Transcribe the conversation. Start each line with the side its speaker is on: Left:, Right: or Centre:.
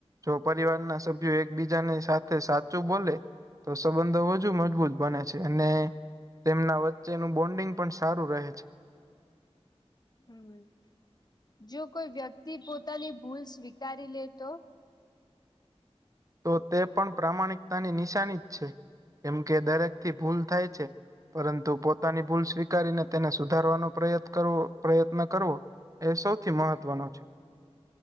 Right: જો પરિવાર ના સભ્યો એકબીજાની સાથે સાચું બોલે તો સંબંધો વધજુ મજબૂત બને છે અને તેમના વચ્ચેનુ બોન્ડિંગ પણ સારું રહે છે
Left: હમ જો કોઈ વ્યક્તિ પોતાની ભૂલ સ્વીકારી લે તો
Right: તો તે પણ પ્રામાણિકતાની નિશાની જ છે કેમ કે દરેક થી ભૂલ થાય છે પરંતુ પોતાની ભૂલ સ્વીકારીને તેને સુધારવાનો પ્રયત્ન કરવો પ્રયત્ન કરવો એ સૌથી મહત્વનો છે